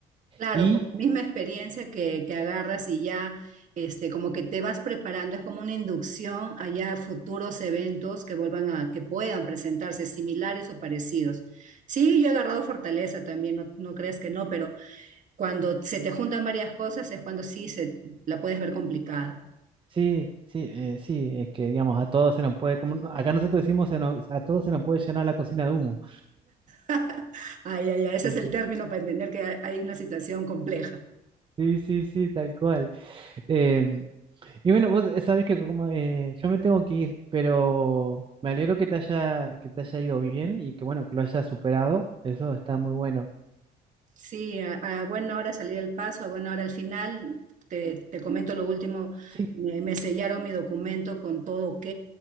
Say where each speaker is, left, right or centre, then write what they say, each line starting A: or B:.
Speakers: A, on the right; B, on the right.
A: Claro,
B: Y
A: por la misma experiencia que, que agarras y ya este, como que te vas preparando, es como una inducción allá a futuros eventos que vuelvan a, que puedan presentarse similares o parecidos. Sí, yo he agarrado fortaleza también, no, no crees que no, pero cuando se te juntan varias cosas es cuando sí se la puedes ver complicada.
B: Sí, sí, eh, sí, es que digamos, a todos se nos puede, como no- acá nosotros decimos, se nos- a todos se nos puede llenar la cocina de humo.
A: <laughs> Ay, ay, ay, ese
B: Sí,
A: es el
B: sí,
A: término para entender que hay hay una situación compleja.
B: sí, sí, sí, tal cual. Eh, y bueno, vos eh, sabés que como eh, yo me tengo que ir, pero me alegro que te haya, que te haya ido bien y que bueno, que lo hayas superado. Eso está muy bueno.
A: Sí, a, a buena hora salí del paso, a buena hora al final. Te, te comento lo último,
B: Sí,
A: me, me sellaron mi documento con todo ok